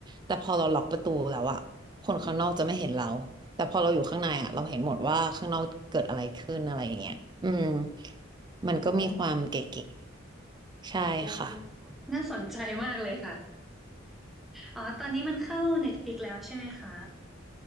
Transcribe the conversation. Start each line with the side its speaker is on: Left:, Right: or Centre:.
Right: แต่พอเราล็อกประตูแล้วอะคนข้างนอกจะไม่เห็นเรา แต่พอเราอยู่ข้างในอะเราเห็นหมดว่าข้างนอกเกิดอะไรขึ้นอะไรอย่างเงี้ยอืมมันก็มีความเก๋
Centre: โอ้
Right: ๆใช่ค่ะ
Centre: โอ้น่าสนใจมากเลยค่ะอ๋อตอนนี้มันเข้า Netflix แล้วใช่ไหมคะ